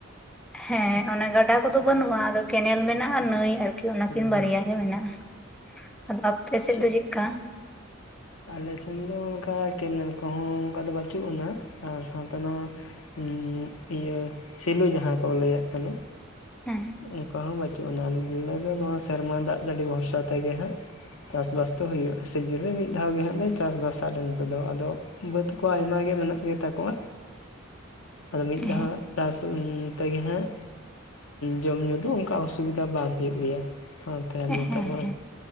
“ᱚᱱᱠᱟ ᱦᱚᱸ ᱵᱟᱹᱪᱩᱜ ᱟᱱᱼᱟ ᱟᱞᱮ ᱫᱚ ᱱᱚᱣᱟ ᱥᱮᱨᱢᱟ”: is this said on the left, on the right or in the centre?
Left